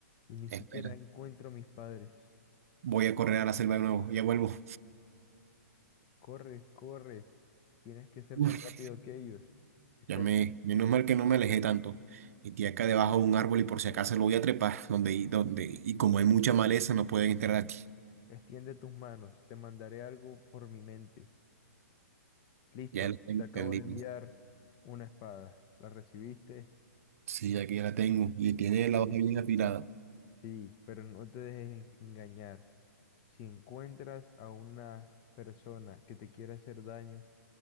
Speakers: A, on the left; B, on the right.
A: y ni
B: Espera,
A: siquiera encuentro a mis padres.
B: voy a correr a la selva de nuevo, ya vuelvo.
A: Corres, corres, tienes que ser
B: Uf,
A: más rápido que ellos. Espera,
B: ya me, menos mal que no me alejé tanto. Metí acá debajo de un árbol y por si acaso lo voy a trepar, donde, y- donde, y como hay mucha maleza, no pueden entrar aquí.
A: extiende tus manos, te mandaré algo por mi mente. Listo,
B: Ya lo tengo
A: te acabo
B: entendido.
A: de enviar una espada. ¿La recibiste?
B: Sí, aquí ya la tengo y tiene
A: Amigo.
B: la hoja bien afilada.
A: Sí, pero no te dejes en- engañar. Si encuentras a una persona que te quiere hacer daño,